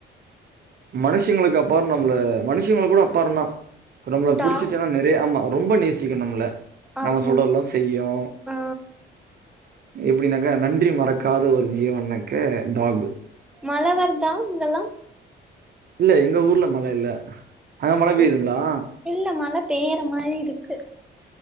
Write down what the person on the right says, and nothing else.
மனுஷங்களுக்கு அப்பறோ நம்பள மனுஷங்களுக்கு கூட அப்பறந்தான் ரொம்ப
புடிச்சிச்சுன்னா நெறைய ஆமா ரொம்ப நேசிக்கு நம்மல
நம்ம சொல்றதெல்லா செய்யு
எப்படின்னாக்கா நன்றி மறக்காத ஒரு ஜீவன்னாக்க டாக்
இல்ல எங்க ஊர்ல மழ இல்ல அங்க மழ பெய்யுதுங்களா?